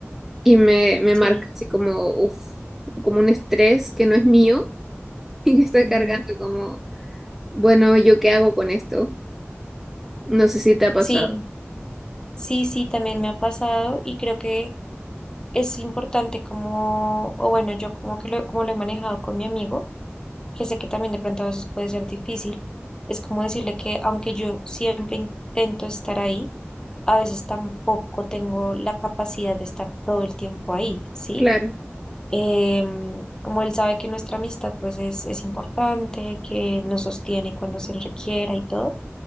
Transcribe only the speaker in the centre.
y me, me
marca así como, uf, como un estrés que no es mío <laughs> y que estoy
cargando como, bueno, ¿yo qué hago con esto? No sé si te ha pasado.
Claro,